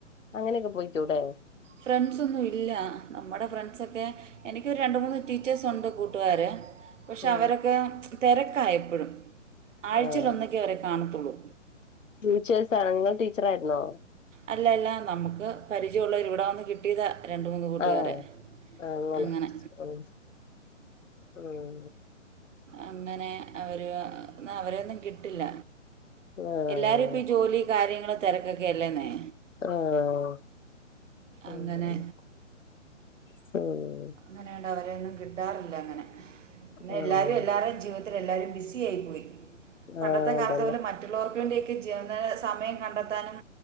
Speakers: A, on the left; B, on the right.
A: അങ്ങനെയൊക്കെ പൊയ്ക്കൂടെ
B: ഫ്രണ്ട്സൊന്നു ഇല്ല നമ്മുടെ ഫ്രണ്ട്സൊക്കെ എനിക്കൊരു രണ്ട് മൂന്ന് ടീച്ചേഴ്സ് ഒണ്ട് കൂ കൂട്ടുകാര് പക്ഷെ
A: ആഹ്
B: അവരൊക്കെ തെരക്കായെപ്പഴും ആഴ്ചയിലൊന്നക്കേ
A: ആഹ്
B: ഇവരെ കാണത്തുള്ളൂ
A: ടീച്ചേഴ്സ് ആണ് നിങ്ങൾ ടീച്ചർ ആയിരുന്നോ
B: അല്ലല്ല നമുക്ക് പരിചയ ഒള്ളവര് ഇവിടെ വന്ന് കി ട്ടീതാ രണ്ട് മൂന്ന് കൂട്ടുകാരെ
A: ആഹ് ആങ്ങനെ
B: അങ്ങനെ
A: ഉം ഉം
B: അങ്ങനെ അവര് എന്നാ അവരെയൊന്നും കിട്ടില്ല
A: ആഹ്
B: എല്ലാരും ഇപ്പ ഈ ജോലി കാര്യങ്ങള് തെരക്കൊക്കെ അല്ലേന്നേ
A: ആഹ് ഉം
B: അങ്ങനെ
A: ഉം
B: അങ്ങനെയാണ്ട് അവരെയൊന്നും കിട്ടാറില്ല അങ്ങനെ പിന്നെ
A: ആഹ്
B: എല്ലാരും എല്ലാരെയും ജീവിതത്തിൽ എല്ലാരും ബിസി ആയി പോയി പണ്ടത്തെ
A: ആഹ്
B: കാലത്തെ
A: തന്നെ
B: പോലെ മറ്റുള്ളവർക്ക് വേണ്ടിയൊക്കെ <unintelligible> സമയം കണ്ടെത്താനും